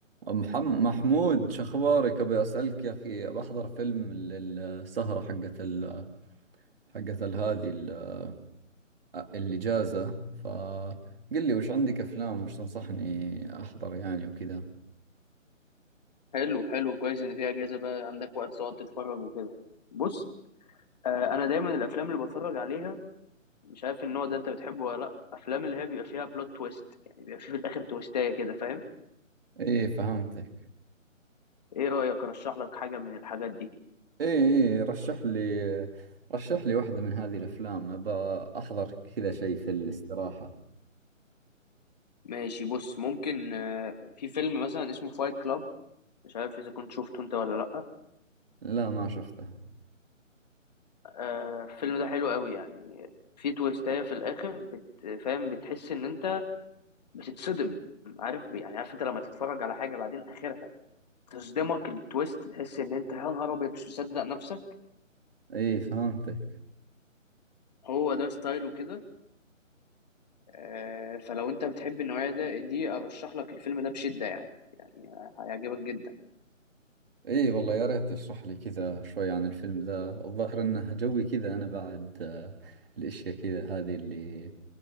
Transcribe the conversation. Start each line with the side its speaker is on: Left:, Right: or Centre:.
Right: محم... محمود شو اخبارك ابي اسالك يا اخي بحضر فيلم لل- السهره حقت ال... حقت ال- هذه ال... الاجازه فقل لي وش عندك افلام وش تنصحني احضر يعني وكذا
Left: حلو حلو كويس ان في اجازه بقى عندك وقت تقعد تتفرج وكده بص آه انا دايما الافلام اللي بتفرج عليها مش عارف النوع ده انت بتحبه ولا لا افلام اللي هي بيبقى فيها بلوت تويست يعني بيبقى في في الاخر تويستايه كده فاهم
Right: ايه فهمتك
Left: ايه رايك ارشح لك حاجه من الحاجات دي
Right: ايه ايه رشح لي رشح لي واحده من هذه الافلام ابى احضر كذا شيء في الاستراحه
Left: ماشي بص ممكن آه في فيلم مثلا اسمه فايت كلاب مش عارف اذا كنت شفته انت ولا لا
Right: لا ما شفتها
Left: آه الفيلم ده حلو قوي يعني في تويستايه في الاخر بت- فاهم بتحس ان انت بتتصدم عارف يعني عارف انت لما تتفرج على حاجه بعدين اخرها تصدمك التويست تحس ان انت يا نهار ابيض مش مصدق نفسك
Right: ايه فهمتك
Left: هو ده ستايله كده آه، فلو انت بتحب النوعيه ده دي ارشح لك الفيلم ده بشده يعني يعني هيعجبك جدا
Right: اي والله يا ريت تشرح لي كذا شوي عن الفيلم ذا الظاهر انه جوي كذا انا بعد آه، الاشياء كذا هذه اللي